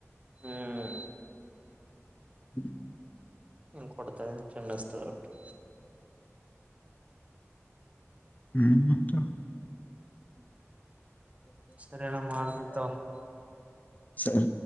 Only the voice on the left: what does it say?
<inaudible>
ಹ್ಮ್ <unintelligible>
ಸರಿ